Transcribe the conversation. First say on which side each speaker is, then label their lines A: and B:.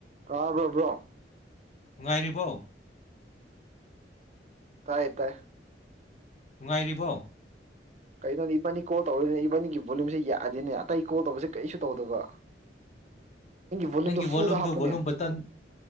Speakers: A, on the right; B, on the left.
A: ꯇꯥꯕꯔꯥ ꯕ꯭ꯔꯣ
B: ꯉꯥꯏꯔꯤꯕꯣ
A: ꯇꯥꯏ ꯇꯥꯏ
B: ꯅꯨꯡꯉꯥꯏꯔꯤꯕꯣ
A: ꯀꯩꯅꯣꯅꯦ ꯏꯕꯥꯅꯤ ꯀꯣꯜ ꯇꯧꯔꯅꯦ ꯏꯕꯥꯅꯤꯒꯤ ꯚꯣꯂꯨꯝꯁꯦ ꯌꯥꯗꯤꯅꯦ ꯑꯇꯩ ꯀꯣꯜ ꯇꯧꯕꯁꯦ ꯀꯔꯤꯁꯨ ꯇꯧꯗꯕ ꯚꯣꯂꯨꯝꯗꯣ
B: ꯅꯪꯒꯤ
A: ꯐꯨꯜꯗ
B: ꯕꯣꯂꯨꯝꯗꯨ
A: ꯍꯥꯞꯄꯨꯅꯦ
B: volume button